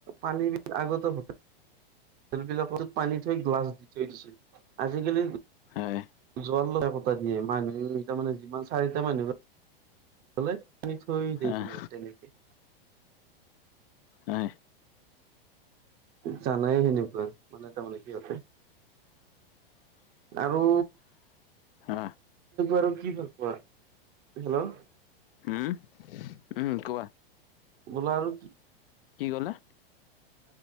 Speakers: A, on the right; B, on the left.
A: পানী হ হোটেলবিলাকত পানী থৈ গ্লাছ দি থৈ দিছিল আজিকালি-
B: হয়
A: জল লগ পত দিয়ে মানুহ তাৰমানে যিমান চাৰিটা মানুহলে, পানী থৈ দেই
B: আহ
A: তোমাৰ তেনেকে।
B: হয়।
A: জানাই সেনেকুৱা মানে তাৰমানে সিহঁতে, আৰু
B: আহ
A: আৰু কি ভাল পোৱা? হেল্ল',
B: উম উম, কোৱা?
A: বোল আৰু কি <unintelligible>
B: কি কলে?